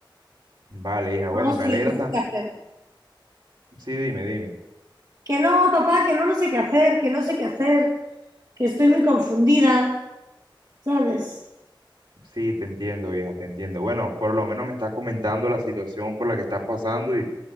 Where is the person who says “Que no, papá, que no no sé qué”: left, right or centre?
Right